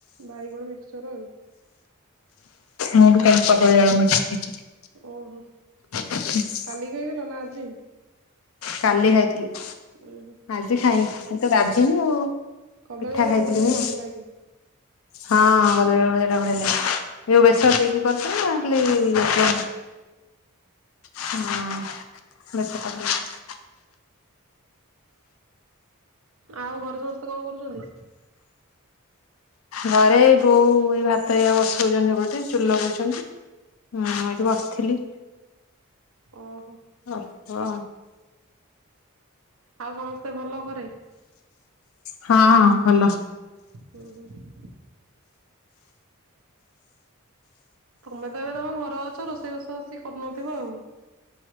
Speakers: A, on the right (about 70°); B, on the left (about 70°).
A: ବାଇଗଣ ମିକ୍ସଚର ଆଉ
B: ମୁଁ ଭି କାଲି କଦଳୀ ଆଳୁ ଭାଜିକି ଖାଇଥିଲି।
A: ଓହୋ।
B: <inaudible>
A: କାଲି ଖାଇଥିଲୁ ନା ଆଜି?
B: କାଲି ଖାଇଥିଲି।
A: ଓହୋ।
B: ଆଜି ଖାଇନି ଆଜି ତ ଗାଧେଇନି ଆଉ
A: କଦଳୀ
B: ପିଠା
A: ଆଳୁ
B: ଖାଇଥିଲି
A: ଭଜାଟା
B: ମୁଁ
A: ବି ଭଲ ଲାଗେ।
B: ହଁ କଦଳୀ ଆଳୁ ଭଜା ଟା ବଢିଆ ଲାଗେ ଯଉ ବେସର ଦେଇକି କରିଛ ନା
A: ହୁଁ
B: ଖାଲି
A: ବେଶ
B: ହଁ ବେସରଟା ଭଲ ଲାଗେ।
A: ଆଉ ଘରେ ସମସ୍ତେ କଣ କରୁଛନ୍ତି?
B: ଘରେ ବୋଉ ଏ ଭାତ ହେକା ବସଉଛନ୍ତି ସେପଟେ ଚୁଲି ଲଗଉଛନ୍ତି। ମୁଁ ଏଠି ବସିଥିଲି।
A: ଓହୋ।
B: ଓ ହୋ।
A: ଆଉ ସମସ୍ତେ ଭଲ ଘରେ?
B: ହଁ ଭଲ।
A: ହୁଁ ହୁଁ। ତମେ ତ ଏବେ ତମ ଘରେ ଅଛ ରୋଷେଇ ବାସ ବେଶୀ କରୁନଥିବ ଆଉ।